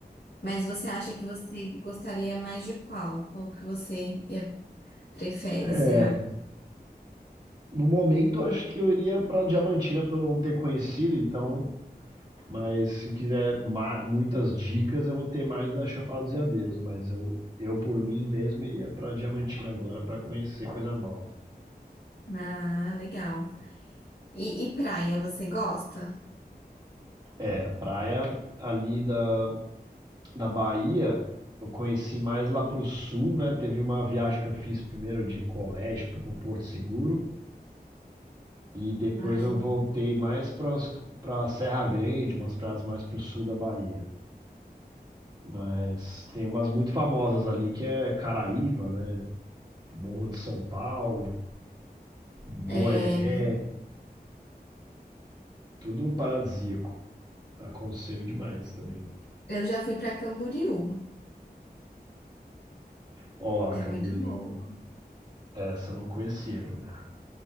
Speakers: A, on the left; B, on the right.
A: Mas você acha que você gostaria mais de qual? Qual que você ia- prefere,
B: É,
A: será?
B: no momento acho que eu iria pra Diamantina pelo não ter conhecido, então Mas se quiser ma- muitas dicas, eu vou ter mais da Chapada dos Veadeiros, mas eu, eu por mim mesmo iria para Diamantina agora para conhecer coisa nova.
A: Ah, legal. E, e praia, você gosta?
B: É, praia ali da, da Bahia, eu conheci mais lá pro sul, né? Teve uma viagem que eu fiz primeiro de colégio pro Porto Seguro e depois
A: Ai,
B: eu voltei mais para para Serra Grande, umas praias mais pro sul da Bahia. Mas tem umas muito famosas ali que é Caraíva, né? Morro de São Paulo. Moreré.
A: é,
B: Tudo paradisíaco. Aconselho demais também.
A: eu já fui para Camboriú.
B: Ó lá,
A: É
B: Camboriú.
A: muito boa.
B: Essa eu não conhecia ainda.